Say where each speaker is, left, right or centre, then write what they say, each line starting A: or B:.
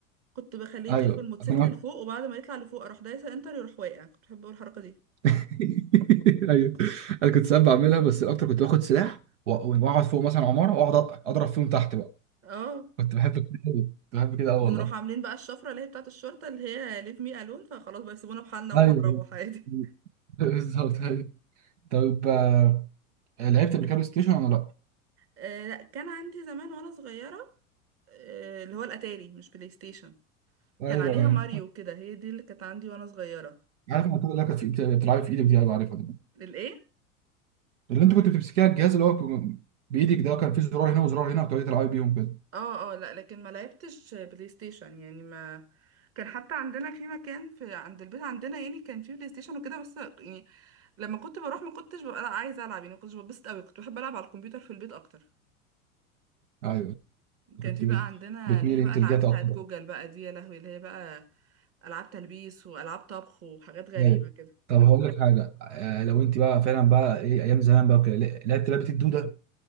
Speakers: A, on the right (about 30°); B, on the right (about 55°).
A: كنت بخليه
B: ايوه
A: يطير بالموتوسيكل
B: اكون
A: لفوق وبعد ما يطلع لفوق اروح دايسة انتر يروح واقع كنت بحب أوي الحركة دي
B: <laughs> ايوه انا كنت ساعات بعملها بس الاكتر كنت باخد سلاح و- واقعد فوق مثلا عماره واقعد أ- اضرب فيهم تحت بقى
A: اه
B: كنت بحب كده أوي. كنت بحب كده اه
A: ونروح
B: والله
A: عاملين بقى الشفرة اللي هي بتاعة الشرطة اللي هي ليف مي الون فخلاص بقى يسيبونا بحالنا واحنا
B: ايوه
A: نروح عادي
B: <laughs> بالظبط ايوه طب آه، لعبت قبل كده بلاي ستيشن ولا لا؟
A: آه لا كان عندي زمان وانا صغيرة آه اللي هو الاتاري مش بلاي ستيشن
B: ايوه
A: كان عليها
B: ايوه
A: ماريو كده هي دي اللي كانت عندي وانا صغيرة
B: عارف انا اللي كانت في بت- بتلعبي في ايدك دي ايوه عارفها دي
A: الايه
B: اللي انت كنت بتمسكيها الجهاز اللي هو كان بايدك ده كان فيه زرار هنا وزرار هنا وبتقعدي تلعبي بيهم كده
A: اه اه لا لكن ما لعبتش بلاي ستيشن يعني ما كان حتى عندنا في مكان في عند البيت عندنا يعني كان في بلاي ستيشن وكده بس يعني لما كنت بروح ما كنتش ببقى عايزه العب يعني ما كنتش ببسط قوي كنت بحب العب على الكمبيوتر في البيت اكتر
B: ايوه
A: كان
B: كنت
A: في
B: بت-
A: بقى عندنا
B: بتميل
A: اللي هي
B: انت
A: بقى العاب
B: لجاتا
A: بتاعت
B: اكتر
A: جوجل بقى دي يا لهوي اللي هي بقى العاب تلبيس والعاب طبخ وحاجات غريبه
B: ايوه
A: كده
B: طب هقول لك حاجه آه، لو انت بقى فعلا بقى ايه ايام زمان بقى وكده ل- لعبت لعبه الدوده